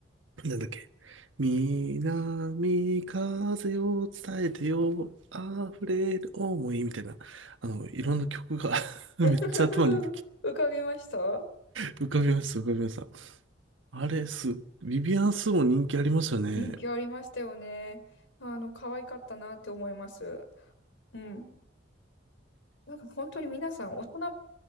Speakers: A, on the right; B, on the left.
A: なんだっけ。南風を伝えてよ、溢れる思いみたいな、あの、いろんな曲が <laughs> めっちゃ頭に
B: <laughs> 浮かびましたう
A: 浮かびました、浮かびました。あれ、す、ビビアン・スンも人気ありましたね。
B: 人ん。気ありましたよね。あの、可愛かったなって思います。うん。なんか本当に皆さん、大人、